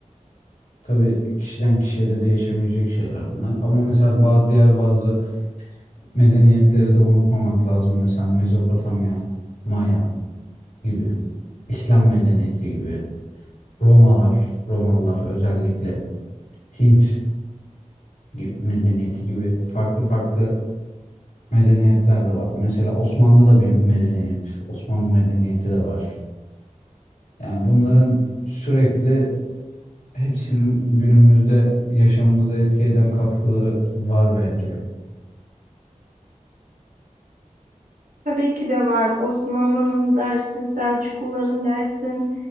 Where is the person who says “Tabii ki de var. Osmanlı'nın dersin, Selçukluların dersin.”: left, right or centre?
Right